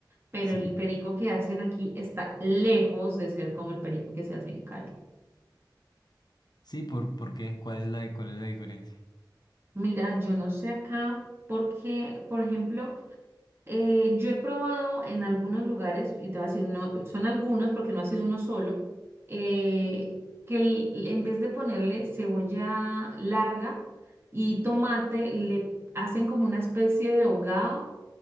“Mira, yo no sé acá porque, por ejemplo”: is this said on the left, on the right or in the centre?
Right